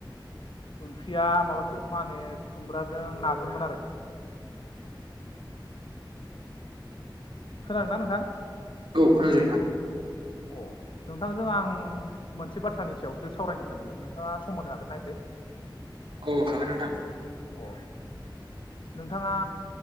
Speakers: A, on the left (about 80°); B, on the right (about 90°).
A: ओंख्रिया माबासो मा होनो खुमब्राजों नाजोंमोन आरो खोनादोंना नोंथां?
B: औ खोनादों नोंथां,
A: अ नोंथांजों आं मोनसे बाथ्रानि सायावसो सावरायनो सानदोंमोन नोंथाङा सम होनो हागोनना एसे?
B: औ हागोन नोंथां,
A: अ नोंथाङा